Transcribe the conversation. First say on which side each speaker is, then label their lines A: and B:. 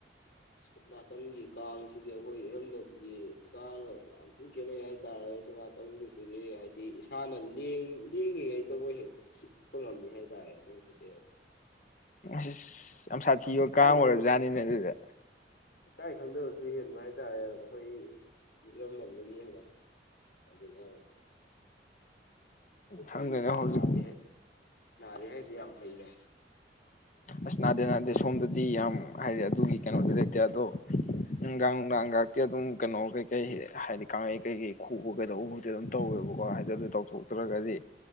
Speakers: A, on the left; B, on the left.
A: ꯁꯝ ꯅꯥꯀꯟꯒꯤ ꯀꯥꯡꯁꯤꯗꯤ ꯑꯩꯈꯣꯏ ꯏꯔꯝꯗꯝꯒꯤ ꯀꯥꯡꯒ ꯌꯥꯝ ꯊꯤꯅ ꯈꯦꯠꯅꯩ ꯍꯥꯏ ꯇꯔꯦ ꯁꯝ ꯅꯥꯀꯟꯒꯤꯁꯤꯗꯤ ꯍꯥꯏꯗꯤ ꯏꯁꯥꯅ ꯂꯦꯡꯉꯤꯉꯩꯗꯕꯨꯣꯏ ꯍꯦꯛ ꯆꯤꯛꯄ ꯉꯝꯃꯤ ꯍꯥꯏ ꯇꯔꯦ ꯃꯣꯏꯁꯤꯗꯤ
B: ꯑꯁꯁ ꯌꯥꯝ ꯁꯥꯊꯤ ꯑꯣꯏꯣ
A: ꯏꯀꯥꯏ
B: ꯀꯥꯡ ꯑꯣꯏꯔꯕꯖꯥꯠꯅꯤꯅꯦ
A: ꯈꯪꯗ
B: ꯑꯗꯨꯗ
A: ꯏꯀꯥꯏ ꯈꯪꯗꯕꯁꯨ ꯍꯦꯟꯕ ꯍꯥꯏꯇꯥꯔꯦ ꯑꯩꯈꯣꯏ ꯏꯔꯝꯗꯝꯒꯤ ꯍꯦꯟꯅ ꯑꯗꯨꯅ ꯈꯣꯏ
B: ꯈꯪꯗꯦꯅꯦ ꯍꯧꯖꯤꯛ
A: ꯅꯥꯗꯦ ꯅꯥꯗꯦ ꯍꯥꯏꯁꯦ ꯌꯥꯝ ꯐꯩꯅꯦ
B: ꯑꯁ ꯅꯥꯗꯦ ꯅꯥꯗꯦ ꯁꯣꯝꯗꯗꯤ ꯌꯥꯝ ꯍꯥꯏꯗꯤ ꯑꯗꯨꯒꯤ ꯀꯩꯅꯣꯗꯤ ꯂꯩꯇꯦ ꯑꯗꯣ ꯅꯨꯡꯗꯥꯡ ꯅꯨꯡꯗꯥꯡꯒꯥꯛꯇꯤ ꯑꯗꯨꯝ ꯀꯩꯅꯣ ꯀꯩꯀꯩ ꯍꯥꯏꯗꯤ ꯀꯥꯡꯈꯩ ꯀꯩꯀꯩ ꯈꯨꯕ ꯀꯩꯗꯧꯕꯕꯨꯕꯨꯗꯤ ꯑꯗꯨꯝ ꯇꯧꯋꯦꯕꯀꯣ ꯍꯥꯏꯗꯤ ꯑꯗꯨ ꯇꯧꯊꯣꯛꯇ꯭ꯔꯒꯗꯤ